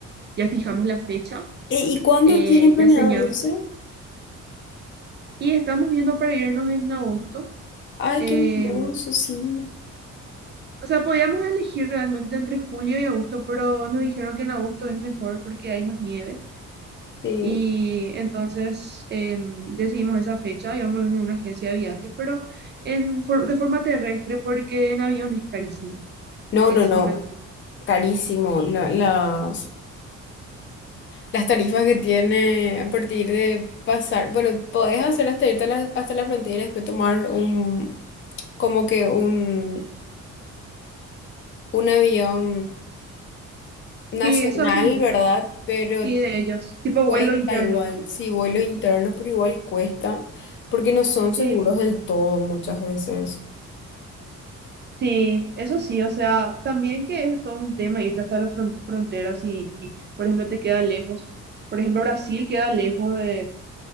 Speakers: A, on the right (about 35°); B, on the left (about 40°).
A: ya fijamos la fecha,
B: Eh, ¿Y cuándo
A: eh,
B: tienen planeado
A: ya señamos
B: irse?
A: y estamos viendo para irnos en agosto.
B: Ay,
A: em,
B: qué hermoso, sí.
A: o sea, podíamos elegir realmente entre julio y agosto, pero nos dijeron que en agosto es mejor porque hay más nieve.
B: sí.
A: Y entonces em, decidimos esa fecha, íbamos a ir a una agencia de viajes, pero en, for- de forma terrestre, porque en avión es carísimo.
B: No,
A: Es
B: no, no.
A: una...
B: Carísimo. La- las, las tarifas que tiene a partir de pasar. Bueno, podés hacer hasta irte a la- hasta la frontera y después tomar un, como que un, un avión nacional,
A: Sí, eso hacen muchos,
B: ¿verdad? Pero
A: sí, de ellos, tipo
B: cuesta
A: vuelo interno.
B: igual, sí, vuelos internos, pero igual cuesta, porque no son seguros
A: Sí,
B: del todo muchas veces.
A: sí, eso sí, o sea, también que es todo un tema irte hasta las fron- fronteras y, y, por ejemplo, te queda lejos. Por ejemplo, Brasil queda lejos de,